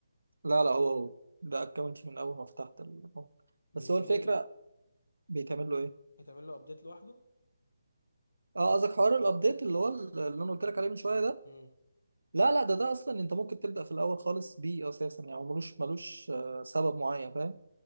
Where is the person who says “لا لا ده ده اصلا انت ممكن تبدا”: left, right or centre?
Right